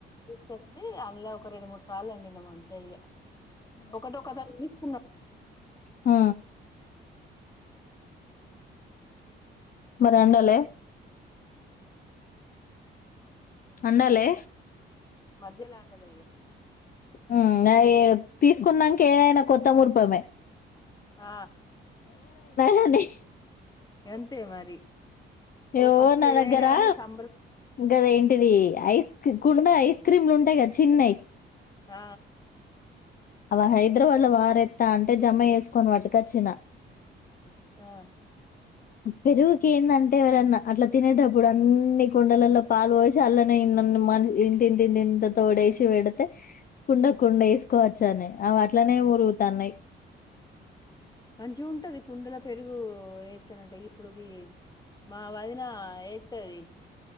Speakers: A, on the left; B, on the left.
A: చెప్తే అందులో ఒక రెండు మూడు సార్లు అనిండేమో అంతే ఇగ ఒకటి ఒకసారి తీసుకున్నారు
B: ఆ మరఅండలే అన్నాలే
A: మధ్యలో అండలే ఇగ
B: ఆ నాయే తీసుకున్నాక ఏదైనా కొత్త మురిపమే
A: ఆ
B: కానీ
A: అంతే మరి
B: యో
A: ఓ ఫస్ట్
B: నా
A: ఏదైనా
B: దగ్గరా
A: గాని సంబర
B: గద ఏం ది ఐస్ కుండా ఐస్ క్రీమ్లు ఉంటాయి కదా చిన్నవి
A: ఆ
B: అవ హైదరాబాద్లో వారెత్త అంటే జమ వేసుకొని పట్టుకొచ్చిన
A: ఆ
B: పెరుగుకింద అన్ అట్టే ఎవరన్నా అట్లా తినేటప్పుడు అన్ని కుండలలో పాలు పోసి అల్లనే మ ఇంతి నింత తంత తోడేసి పెడితే కుండ కుండ ఎసుకో వచ్చనే అవి అట్లనే మొరుగుతన్నాయ్
A: మంచిగ ఉంటది కుండల పెరుగు ఏత్తనంట ఇప్పుడుకి మా వదిన వేస్తది